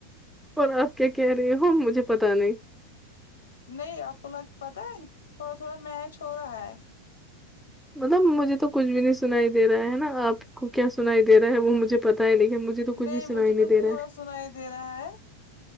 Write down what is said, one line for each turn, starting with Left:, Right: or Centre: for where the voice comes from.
Centre: اور اپ کیا کہہ رہی ہو مجھے پتا نہیں
Left: نہیں اپ کو لگتا تھا تھوڑا تھوڑا میچ ہو رہا ہے
Centre: مطلب مجھے تو کچھ بھی نہیں سنائی دے رہا ہے نا اپ کو کیا سنائی دے رہا ہے وہ مجھے پتا ہے لیکن مجھے تو کچھ
Left: نہیں
Centre: بھی سنائی
Left: مجھے تو
Centre: دے
Left: پورا
Centre: رہا ہے
Left: سنای دے رہا ہے